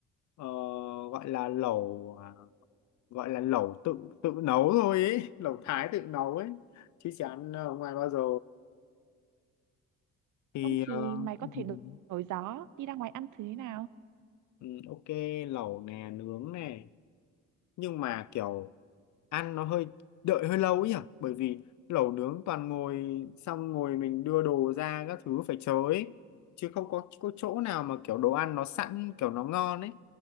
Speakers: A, on the left; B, on the right.
A: ờ, gọi là lẩu à, gọi là lẩu tự tự nấu thôi ấy, <laughs> lẩu Thái tự nấu ấy chứ chả ăn ở ngoài bao giờ. thì
B: không thì
A: ờ,
B: mày có
A: ừm,
B: thể đổi đổi gió đi ra ngoài ăn thứ thế nào
A: ừm, ok lẩu nè nướng nè nhưng mà kiểu ăn nó hơi đợi hơi lâu ấy nhỉ bởi vì lẩu nướng toàn ngồi xong ngồi mình đưa đồ ra các thứ phải chờ ấy chứ không có có chỗ nào mà kiểu đồ ăn nó sẵn kiểu nó ngon ấy